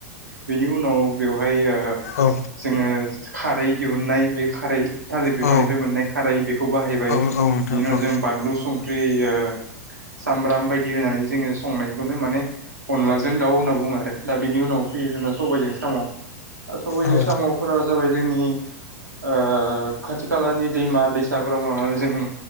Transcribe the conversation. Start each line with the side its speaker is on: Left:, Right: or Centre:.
Right: बेनि उनाव बेवहाय ओ
Left: औ
Right: जोङो खारै दिहुननाय बे खारै थालिर बिफांनिफ्राय
Left: औ
Right: मोननाय खारै बेखौ बाहायबाय
Left: औ नोंथां औ नोंथां
Right: बिनि उनाव
Left: औ नोंथां औ
Right: जों बानलु संख्रि ओ <inaudible> सामब्राम बायदि होनानै जोंङो संनायखौनो माने अनलाजों दाउ होनना बुंङो आरो दा बेनि उनाव फैयो जों सबायजों साम' आरो सबायजों
Left: औ
Right: साम'फोरा जाबाय जोंनि ओ खाथि खालानि दैमा दैसाफोराव लांनानै जोंनि